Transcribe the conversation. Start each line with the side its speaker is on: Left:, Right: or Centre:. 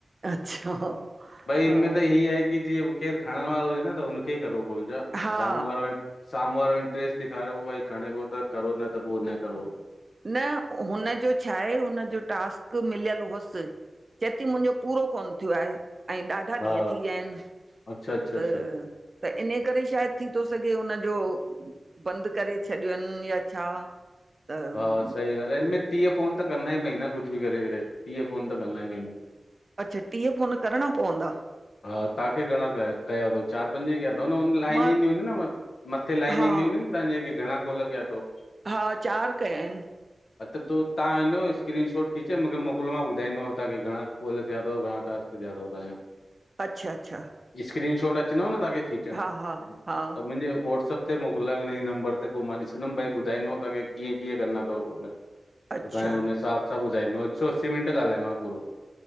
Right: अच्छा
Left: भई इमें
Right: हा
Left: त इ आहे की जी के खणण वारो हुजे न त हुनखेलज
Right: हा
Left: साम्हूं वाराम्ह वारो इट्रेस ॾेखारियो पियो भाई खणे पोइ त करो न त पोइ न करो।
Right: न हुनजो छा आहे हुनजो टास्क मिलियलु हुअस। चयेती मुंहिंजो पूरो कोन थियो आहे। ऐं ॾाढा
Left: हा
Right: ॾींहं थी विया आहिन
Left: अच्छा अच्छा अच्छा
Right: त त इन करे शायद थी थो सघे हुननजो बंदि करे छॾियनि या छा? त
Left: हा सही ॻाल्हि आहे हिन में टीह फोन त करणा ई पवंदा कुझु बि करे करे टीह फोन त करंदा ई पवंदा।
Right: अच्छा टीह फोन करणा पवंदा?
Left: हा तव्हांखे घणा कया कयाथव चार पंज कया अथव न हुन लाइन
Right: मां
Left: ईंदी हुंदी न मथे लाइन
Right: हा
Left: ईंदीूं हुंदी न तव्हांजेे घणा कोल कया अथव?
Right: हा चार कया आहिन।
Left: अ त ताहां इञो स्क्रीनशॉट खीच मूंखे मोकिलियो मां ॿधाईंदोांव्हांखे घणा कोल कया थियाथ घा टासक किया।
Right: अच्छा अच्छा
Left: स्क्रीन शॉट अचंदव न तव्हांखे खीचण
Right: हा हा हा
Left: त मुंहिंजे वाट्सअप हुते मोकिलायो हिन नंबर ते पोइ मां ॾिसंदमि भाईॿधाईंदोव तवांखे कीअं कीअंं करणा अथव कोल? पोइ
Right: अच्छा
Left: तव्हांखे हुन हिसाब सां ॿुधाईंदोमांव हिकु सौ असी मिनट ॻाल्हाइणो आहे पूरो